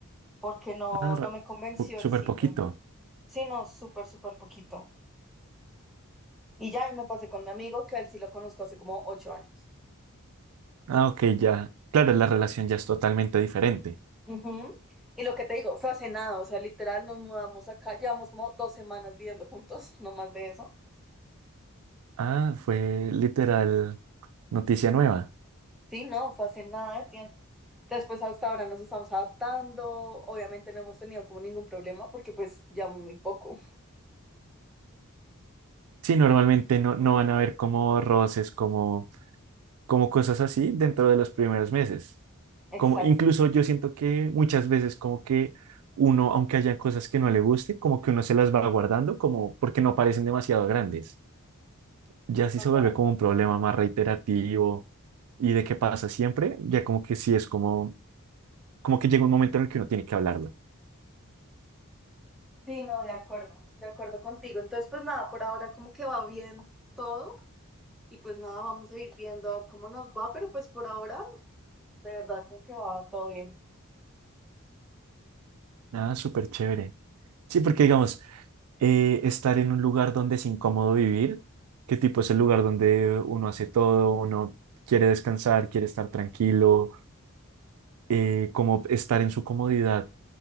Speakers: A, in the centre; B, on the right.
A: porque no,
B: Ah, re-
A: no me convenció
B: po- súper
A: el sitio.
B: poquito.
A: Sí, no, súper, súper poquito. Y ya, y me pasé con mi amigo, que a él sí lo conozco hace como ocho años.
B: Ah, ok, ya. Claro, la relación ya es totalmente diferente.
A: Ujú. Y lo que te digo, fue hace nada, o sea, literal nos mudamos acá, llevamos como dos semanas viviendo juntos, <laughs> no más de eso.
B: Ah, fue literal noticia nueva.
A: Sí, no, fue hace nada de tiempo. Entonces, pues hasta ahora nos estamos adaptando, obviamente no hemos tenido como ningún problema porque pues llevamos muy poco.
B: Sí, normalmente no, no van a haber como roces, como, como cosas así dentro de los primeros meses.
A: Exacto.
B: Como incluso yo siento que muchas veces como que uno, aunque haya cosas que no le guste, como que uno se las va guardando, como porque no parecen demasiado grandes. ya sí
A: Total.
B: se vuelve como un problema más reiterativo y de qué pasa siempre, ya como que sí es como, como que llega un momento en el que uno tiene que hablarlo.
A: Sí, no, de acuerdo, de acuerdo contigo. Entonces, pues nada, por ahora como que va bien todo y pues nada, vamos a ir viendo cómo nos va, pero pues por ahora De verdad, como que va todo bien.
B: Ah, súper chévere. Sí, porque digamos, eh, estar en un lugar donde es incómodo vivir, qué tipo es el lugar donde uno hace todo, uno quiere descansar, quiere estar tranquilo, eh, como estar en su comodidad